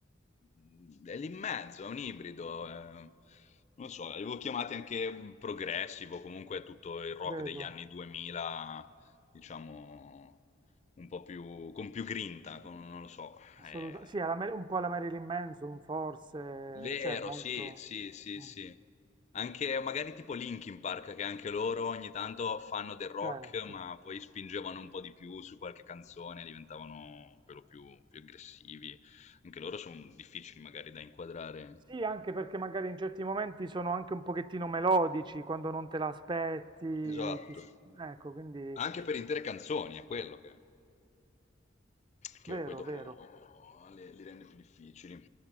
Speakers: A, on the left; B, on the right.
A: mh, è lì in mezzo, è un ibrido, eh. non lo so, li avevo chiamati anche mh, progressivo, comunque tutto il rock
B: vedo.
A: degli anni 2000, diciamo, un po' più, con più grinta, con- non lo so.
B: Assolutamente.
A: Eh,
B: Sì, alla Mar- un po' alla Marilyn Manson, forse,
A: vero,
B: cioè, molto...
A: sì, sì, sì,
B: mm,
A: sì. Anche magari tipo Linkin Park, che anche loro ogni tanto fanno del rock,
B: Certo.
A: ma poi spingevano un po' di più su qualche canzone, diventavano per lo più, più aggressivi. Anche loro sono difficili magari da inquadrare.
B: Sì, anche perché magari in certi momenti sono anche un pochettino melodici, quando non te l'aspetti,
A: Esatto.
B: ti... s- ecco, quindi...
A: Anche per intere canzoni, è quello che, che
B: Vero,
A: poi dopo
B: vero.
A: le- li rende più difficili.